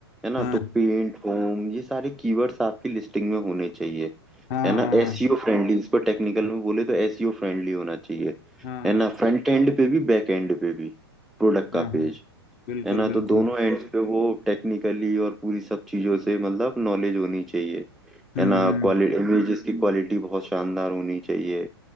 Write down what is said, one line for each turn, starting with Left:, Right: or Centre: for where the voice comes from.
Centre: है ना
Left: हाँ
Centre: तो पेंट होम ये सारे कीवर्ड्स आपकी लिस्टिंग में होने चाहिए
Left: हाँ
Centre: है ना
Left: हाँ
Centre: एसईओ
Left: हाँ
Centre: फ्रेंडली इसको टेक्निकल में बोले तो एसईओ फ्रेंडली होना चाहिए
Left: हाँ हाँ
Centre: है ना फ्रंट एंड पे भी बैक एंड पे भी प्रोडक्ट
Left: हाँ
Centre: का
Left: हाँ,
Centre: पेज
Left: बिल्कुल
Centre: है ना
Left: बिल्कुल
Centre: तो दोनों एंड पे वो टेक्निकली और पूरी सब चीजों से मतलब नॉलेज होनी चाहिए
Left: हम्म
Centre: है ना क्वालिटी इमेजेस की क्वालिटी बहुत शानदार होनी चाहिए